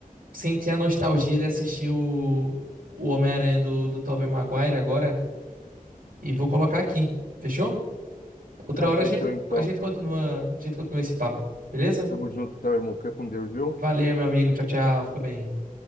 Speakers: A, on the right; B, on the left.
A: sentir a nostalgia de assistir o, o Homem-Aranha do, do Tobey Maguire agora e vou colocar aqui. Fechou? Outra
B: Cara,
A: hora
B: fechou
A: a gente,
B: então.
A: a gente continua, a gente continua esse papo, beleza?
B: Tamo junto então, irmão. Fica com Deus, viu?
A: Valeu, meu amigo. Tchau, tchau. Fica bem.